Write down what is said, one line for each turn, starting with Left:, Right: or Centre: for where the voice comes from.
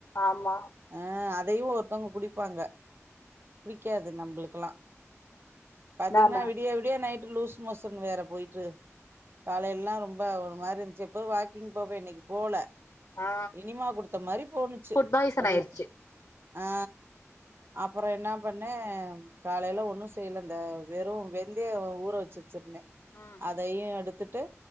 Left: ஆமா
Right: ஆ அதையு ஒருத்தங்க குடிப்பாங்க புடிக்காது நம்புளுக்கெல்லா பாத்தீங்னா
Left: நானு
Right: விடியா விடியா நைட்டு் லூஸ் மோசன் வேற போயிட்டு காலையில்லா ரொம்ப ஒரு மாரி இருந்ச்சி எப்பவு வாக்கிங் போவே இன்னைக்கு போல
Left: ஆ
Right: இனிமா குடுத்த மாரி போணுச்சி
Left: ஃபுட் பாய்சன்
Right: அப்டே
Left: ஆயிருச்சு
Right: ஆ அப்றோ என்னா பண்ணே காலையில ஒன்னு செய்யல இந்த வெறு வெந் தய ஊற வச்சி வச்சிருந்தே
Left: ம்
Right: அதையு எடுத்துட்டு